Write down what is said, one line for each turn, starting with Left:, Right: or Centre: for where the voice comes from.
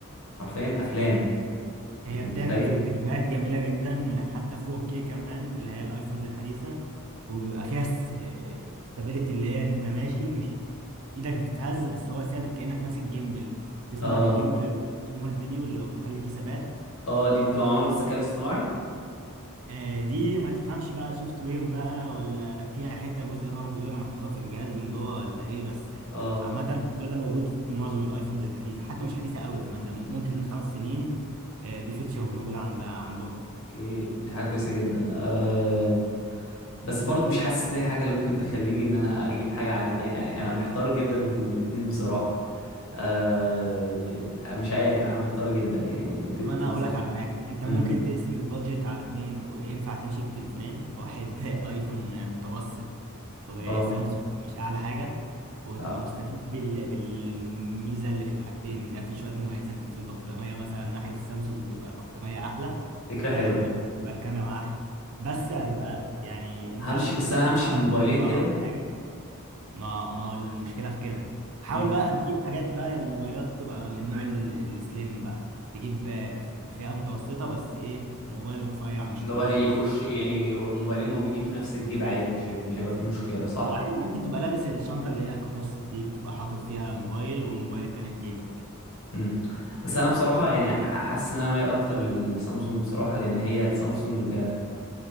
Left: حرفيا افلام
Right: هي
Left: انت متخيل
Right: بتعمل في الفيديوهات جميلة جدا حتى 4K كمان اللي هي الايفونز الحديثة وبيبقى فيها ستابيليتي اللي هي انت ماشي مش ايدك بتتهز بس هو ثابت كأنك ماسك جيمبل تسمع
Left: اه
Right: عن الجيمبل اللي بيعمل الفيديو اللي هو بيخلي فيه ثبات
Left: اه دي بتبقى معمولة بالذكاء الاصطناعي
Right: آه، دي ما تفهمش بقى سوفت وير بقى ولا فيها حتة جزء هارد وير محطوطة في الجهاز من جوه ولا ايه بس
Left: اه
Right: عامة ده موجود في معظم الايفونز الحديثة حتى مش حديثة قوي كمان ده من ممكن من خمس سنين آه، دي فيتشرز موجودة عند عندهم
Left: اوكي دي حاجة كويسة جدا آه بس برضو مش حاسس ان هي حاجه اللي ممكن تخليني ان انا اجيب حاجه عن الت- يعني انا محتار جدا ما بين الاتنين بصراحه أه... أنا مش عارف انا محتار جدا يعني ت-
Right: طب
Left: تنصحني
Right: انا اقول لك على حاجه انت ممكن
Left: امم
Right: تقسم البادجت على اتنين وينفع تمشي بتليفونين واحد <laughs> ايفون متوسط وسامسونج
Left: اه
Right: مش اعلى حاجه وتبقى
Left: آه،
Right: مستفيد بال... بالميزه اللي في الحاجتين ده في شويه مميزات في البطاريه مثلا ناحيه السامسونج بيبقى البطاريه احلى
Left: فكره حلوه
Right: ناحيه الايفون بيبقى الكاميرا احلى بس هتبقى يعني انت
Left: همشي بس انا همشي
Right: مثلا
Left: بموبايلين
Right: شنطه
Left: كده
Right: او حاجه ما ما هو المشكله في كده حاول
Left: امم
Right: بقى تجيب حاجات بقى الموبايلات تبقى من نوع ال- السليم بقى تجيب آه، ف- فئه متوسطه بس ايه موبايل رفيع مش
Left: اللي
Right: تقيل
Left: هو هيخش يعني موبايلين موجودين في نفس الجيب عادي مش هي- مش هيبقى فيه مشكله صح
Right: او عادي ممكن تبقى لابس الشنطه اللي هي كروس دي بتبقى حاطط فيها موبايل والموبايل التاني في جيبك
Left: امم بس انا بصراحه يعني ح- حاسس ان انا مايل اكتر للسامسونج بصراحه لان هي السامسونج